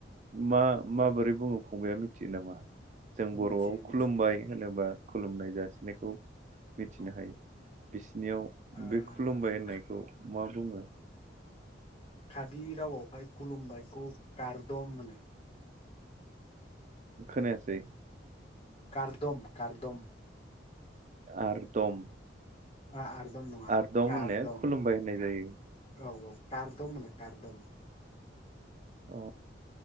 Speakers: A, on the right (about 40°); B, on the left (about 30°).
A: मा माबोरै बुङो फंबाया मिथियो नामा? जों बर'आव
B: मिथियो मिथियो
A: खुलुमबाय होनोबा खुलुमनाय जासिनायखौ मिथिनो
B: औ
A: हायो। बिसिनियाव
B: ओ
A: बे खुलुमबाय होननायखौ मा बुङो?
B: काबि रावआवहाय खुलुमबायखौ कारदम होनो।
A: खोनायासै?
B: कारदम कारदम।
A: आरदम
B: आरदम नङा
A: आरदम
B: कारदम
A: होननाया खुलुमबाय होननाय जायो
B: औ औ कारदम होनो कारदम।
A: अ